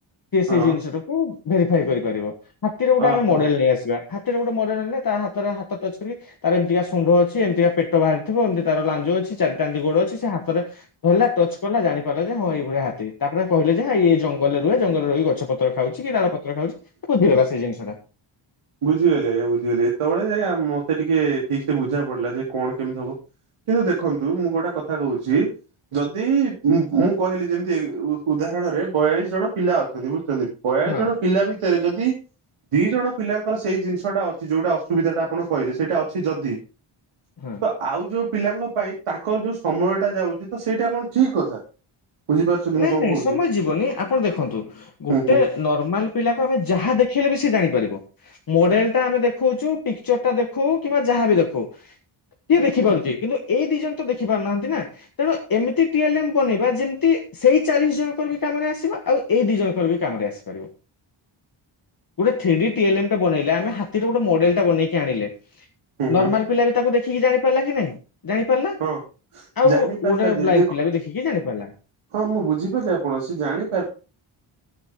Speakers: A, on the left; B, on the right.
A: କିଏ
B: ହଁ
A: ସେଇ ଜିନିଷଟାକୁ ଭେରିଫାଏ କରିପାରିବ ହାତୀରେ ଗୋଟେ
B: ଓହୋ
A: ଆମେ ମଡେଲ ନେଇଆସ ହାତୀରେ ଗୋଟେ ମଡେଲ ନେଲେ ତା ହାତରେ ହାତ ଟଚ୍ କରିକି ତାର ଏମତିକା ଶଣ୍ଢ ଅଛି ଏମତିକା ପେଟ ବାହାରିଥିବ ଏମତି ତାର ଲାଞ୍ଜ ଅଛି ଚାରିଟା ଏମତି ଗୋଡ ଅଛି ସେ ହାତରେ ଧରଲା ଟଚ କଲା ଜାଣିପାରିଲା ଯେ ହଁ ଏଇଭଳିଆ ହାତୀ ତାପରେ କହିଲେ ଯେ ଆ ଇଏ ଜଙ୍ଗଲରେ ରୁହେ ଜଙ୍ଗଲରେ ରହି ଗ ଗଛ ପତ୍ର ଖାଉଛି କି ଡାଳ ପତ୍ର ଖାଉଚି ବୁଝିଗଲା ସେ ଜିଷଟା।
B: ବୁଝିଗଲି ଆଜ୍ଞା ବୁଝିଗଲି ଏତବେଳେ ଆଜ୍ଞା ମତେ ଟିକେ ଠିକସେ ବୁଝା ପଡଲା ଯେ କଣ କେମତି ହବ। କିନ୍ତୁ ଦେଖନ୍ତୁ ମୁଁ ଗୋଟେ କଥା କୋହୁଚି ଯଦି ମୁଁ ମୁଁ କହିଲି ଯେମିତି ଉ-ଉଦାହରଣରେ ବୟାଳିଶ ଜଣ ପିଲା ଅଛନ୍ତି ବୁଝୁଛନ୍ତି ବୟାଳିଶ
A: ହଁ
B: ଜଣ ପିଲା ଭିତରେ ଯଦି ଦି ଜଣ ପିଲାଙ୍କର ସେଇ ଜିନିଷଟା ଅଛି ଯୋଉଟା ଅସୁବିଧାଟା ଆପଣ କହିଲେ ସେଇଟା ଅଛି ଯଦି
A: ହଁ।
B: ତ ଆଉ ଯୋଉ ପିଲାଙ୍କ ପାଇଁ ତାଙ୍କର ଯୋଉ ସମୟଟା ଯାଉଚି ତ ସେଇଟା କଣ ଠିକ କଥା? ବୁଝିପାରୁଛନ୍ତି ମୁଁ
A: ନାଇଁ
B: କଣ
A: ନାଇଁ
B: କହୁଛି
A: ସମୟ ଯିବନି ଆପଣ ଦେଖନ୍ତୁ ଗୋଟେ
B: ହୁଁ ହୁଁ
A: ନର୍ମାଲ ପିଲାକୁ ଆମେ ଯାହା ଦେଖେଇଲେ ବି ସିଏ ଜାଣିପାରିବ। ମଡେଲଟା ଆମେ ଦେଖୋଉଚୁ ପିକଚରଟା ଦେଖୋଉ କିମ୍ବା ଯାହାବି ଦେଖୋଉ ସିଏ ଦେଖିପାରୁଚି କିନ୍ତୁ ଏ ଦିଇ ଜଣ ତ ଦେଖି ପାରୁନାହାନ୍ତି ନା। ତେଣୁ ଏମିତି <unintelligible> ବନେଇବା ଯେମିତି ସେଇ ଚାଳିଶ ଜଣଙ୍କର ବି କାମରେ ଆସିବା ଆଉ ଏଇ ଦି ଜଣଙ୍କର ବି କାମରେ ଆସିପାରିବ। ଗୁଟେ ଥ୍ରୀଡି ଟିଏଲେମ୍ ଟେ ବନେଇଲେ ଆମେ ହାତୀର ଗୋଟେ ମଡେଲ୍ ଟା ବେଇକି ଆଣିଲେ।
B: ହୁଁ
A: ନର୍ମାଲ
B: ହୁଁ
A: ପିଲା ବି ତାକୁ ଦେଖିକି ଜାଣିପାରିଲା କି ନାହିଁ ଜାଣିପାରିଲା।
B: ହଁ
A: ଆଉ
B: ଜାଣିପାରିଲା
A: ଗୋଟେ
B: ଯେ
A: ବ୍ଲାଇଣ୍ଡ
B: ଦେଖ
A: ପିଲା ବି ଦେଖିକି ଜାଣିପାରିଲା।
B: ହଁ ମୁଁ ବୁଝିପାରିଲି ଆପଣ ସେ ଜାଣିପାର